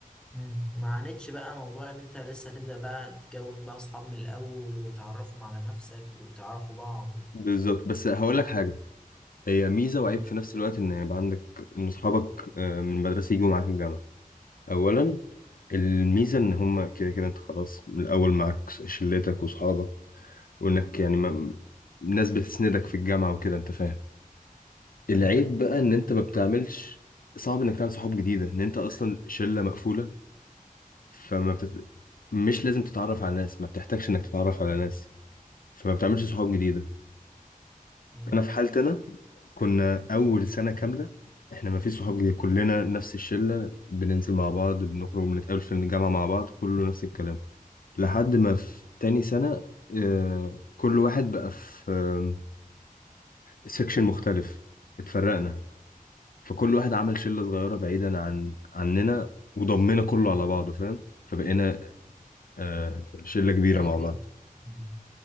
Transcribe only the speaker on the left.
بالظبط بس هقول لك حاجة هي ميزة
وعيب في نفس الوقت ان يبقى عندك ان اصحابك آه، من المدرسة يجوا معاك الجامعة اولا الميزة ان هما كده كده انت خلاص من الاول معاك شلتك واصحابك وانك يعني ما... ناس بتسندك في الجامعة وكده انت فاهم العيب
بقى ان انت ما بتعملش صعب انك تعمل صحاب جديدة ان انت اصلا شلة مقفولة فما بتت... مش لازم تتعرف على ناس ما بتحتاجش انك تتعرف على ناس فما بتعملش صحاب جديده
انا في حالتي انا كنا اول سنه كامله احنا ما فيش صحاب جديده كلنا نفس الشله بننزل مع بعض بنخرج بنتقابل في الجامعه مع بعض كله نفس الكلام لحد ما في تاني سنه آه، كل واحد بقى في آه، سكشن مختلف اتفرقنا فكل واحد عمل شله صغيره بعيدا عن عننا وضمنا كله على بعضه فاهم فبقينا آه، شله كبيره
مع
بعض